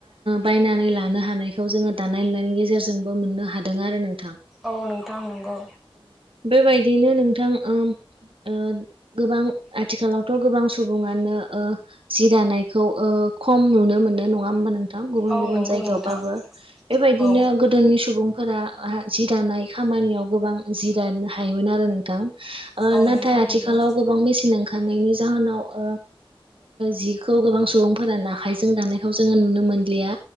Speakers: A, on the right; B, in the centre.
A: बायनानै लानो हानायखौ जोङो दानाय लुनायनि गेजेरजोंबो मोननो हादों आरो नों
B: औ नोंथां नंगौ
A: बेबायदिनो नोंथां उम ओ गोबां आथिखालावथ' गोबां सुबुङानो ओ जि दानायखौ ओ खम नुनो मोनो नङा होमबा नों थां गुबुन
B: औ नोंथां नंगौ औ
A: गुबुन
B: नंगौ
A: जायगायावबाबो
B: नोंथां
A: बेबायदिनो
B: औ
A: गोदोनि सुबुं फोरा हा जि दानाय खामानियाव गोबां जि दानो हायोमोन आरो नोंथां ओ
B: औ
A: नाथाय
B: नोंथां
A: आथिखालाव
B: नंगौ
A: गोबां मेसिन ओं रनायनि जाहोनाव ओ जिखौ गोबां सुबुंफोरानो आखायजों दानायखौ जोङो नुनो मोन मोनलिया